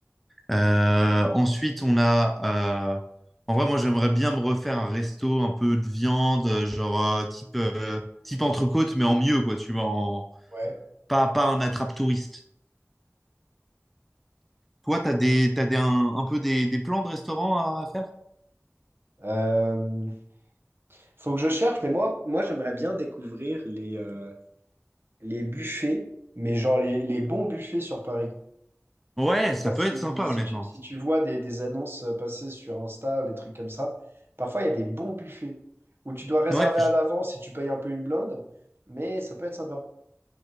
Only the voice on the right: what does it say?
ouais.
Euh, faut que je cherche, mais moi, moi j'aimerais bien découvrir les, euh, les buffets, mais genre les, les bons buffets sur Paris.
Je sais
pas si,
si
tu, si tu vois des, des annonces passer sur Insta, des trucs comme ça. Parfois, il y a des bons buffets où tu dois réserver
à l'avance si tu payes un peu une blinde, mais ça peut être sympa.